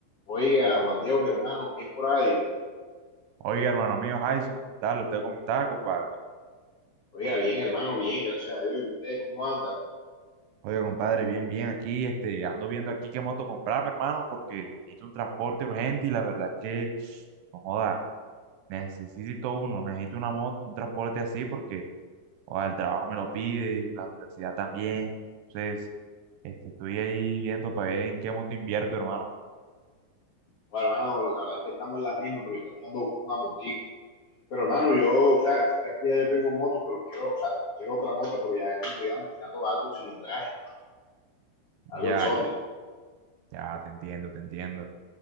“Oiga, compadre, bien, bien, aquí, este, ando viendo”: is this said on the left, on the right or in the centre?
Right